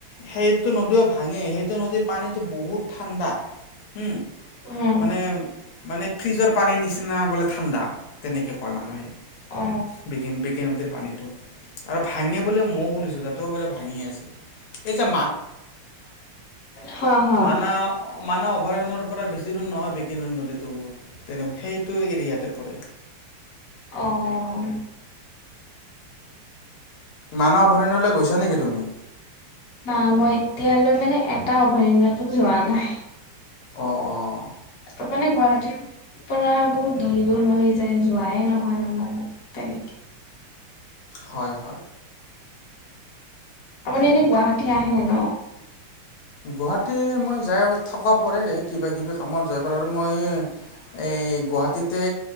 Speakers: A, on the left (about 75°); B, on the left (about 50°).
A: সেইটো নদীও ভাঙে, সেইটো নদীৰ পানীটো বহুত ঠাণ্ডা। উম,
B: উম,
A: মানে মানে ফ্ৰিজৰ পানীৰ নিচিনা বোলে ঠাণ্ডা তেনেকৈ কয় মানুহে।
B: অ,
A: বি বিক নদীৰ পানীত, আৰু ভাঙে ব ময় শুনিছো। লে ভাঙি আছে, এই যে
B: হা, হা,
A: মানৱ অ <inaudible> অভয়ণ্যৰ পৰা বেছি দূণ নহয় বিক নদীতটো তেনে সেইটো এৰিয়াতে পৰে।
B: অ'।
A: মানৱ অভয়াৰণ্যলৈ গৈছা নেকি তুমি?
B: ন মই এতিয়ালৈ মানে এটা অভয়াৰণয়তো যোৱা নাই।
A: অঁ অঁ
B: তপানে গুৱাহাটীৰ পৰা বহুত দূৰ দূৰ ন হৈ যায় যোৱাই নহয় আমাৰ, তেনেকে।
A: হয় হয়।
B: আপুনি এনে গুৱাহাটী আহে ন?
A: গুৱাহাটী মই যাই থকা পৰে কিবা কিবি কামত যাই পৰে আৰু মই এই গুৱাহাটীতে